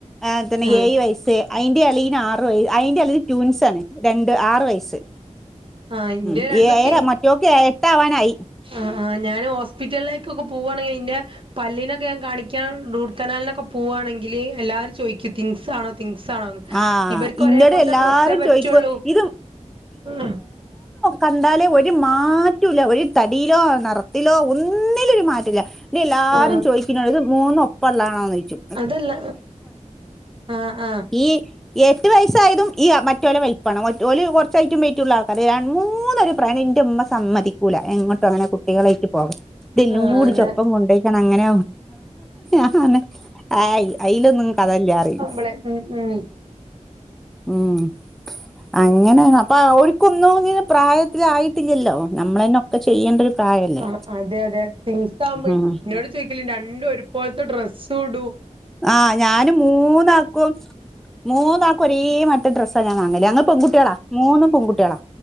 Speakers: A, in the centre; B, on the right.
A: ആഹ് അങ്ങൻതന്നെ,
B: ആഹ്
A: ഏയ് വയസ്സ്, അയിന്റെ എളീന് ആറ് വയ അയിന്റെ എളീ ട്വൂൻസാണ്, രണ്ട് ആറ് വയസ്
B: ആഹ് ഇന്റെ
A: <unintelligible>
B: രണ്ടു
A: ഏയര
B: തി
A: മറ്റോക്ക് ഏ എട്ടാവാനായി
B: ആഹ് ആഹ് ഞാന് ഹോസ്പിറ്റലിലേക്കൊക്കെ പോവ്വാണെങ്കിലിന്റെ പല്ലിനൊക്കെ ഞാൻ കാണിക്കാൻ റൂട്ട് കനാലിനൊക്കെ പോവ്വാണെങ്കില്, എല്ലാരും ചോയിക്കും ട്വിങ്സാണോ തിങ്സാണോന്ന്,
A: ആഹ്
B: ഇവർക്കൊരേ
A: ഇന്റത്
B: പോലത്തെ
A: എല്ലാരും
B: ഡ്രസ്സേ പറ്റൊള്ളൂ
A: ചോയിക്കും ഇത്
B: ഉം. തി
A: കണ്ടാലേ ഒരു മാറ്റൊല്ല ഒരു തടിയിലോ നിറത്തിലോ ഒന്നിലും ഒരു മാറ്റല്ല എല്ലാരും
B: ആഹ്
A: ചോയ്ക്കുന്നോട് ഇത് മൂന്ന് ഒപ്പം ഉള്ളാണോന്നോയിച്ചു
B: അതല്ല ആഹ ആഹ
A: ഈ എട്ട് വയസ്സായതും ഈ മറ്റോല വലുപ്പാണ് ഓല് കുറച്ച് ഹൈറ്റും വെയിറ്റുള്ള ആൾക്കാരാണ് രണ്ട് മൂന്ന് പേ ഈ പറയണ എന്റെ ഉമ്മ സമ്മതിക്കൂല എങ്ങോട്ടും അങ്ങനെ കുട്ടികളായിട്ട് പോവാന് ഇതെല്ലും
B: ആഹ്
A: കൂടിച്ചൊപ്പം
B: അതെ
A: കൊണ്ടോയ്ക്കണം അങ്ങന അങ്ങ ആഹ് അയിലൊന്നും കഥയില്ലാറയും
B: അപ്പളേ ഉം ഉം
A: ഉം അങ്ങനേണ് അപ്പ ഓരക്കൊന്നും പ്രായത്തിലായി ഇട്ടിലല്ലോ നമ്മളന്നെ ഒക്കെ ചെയ്യേണ്ട ഒരു പ്രായല്ലേ
B: ആ അതെ അതെ ട്യൂൻസ് ആകുമ്പോ
A: ഉം
B: എന്നോട് ചോദിക്കല് രണ്ടും ഒരു പോലത്തെ ഡ്രസ്സുടും
A: ആഹ് ഞാന് മൂന്നാക്കും മൂന്ന് ആൾക്കും ഒരേ മാതിരിയത്ത ഡ്രസ്സാ ഞാൻ വാങ്ങല് ഞങ്ങൾ പെൺകുട്ടികളാ മൂന്നും പെൺകുട്ടികളാ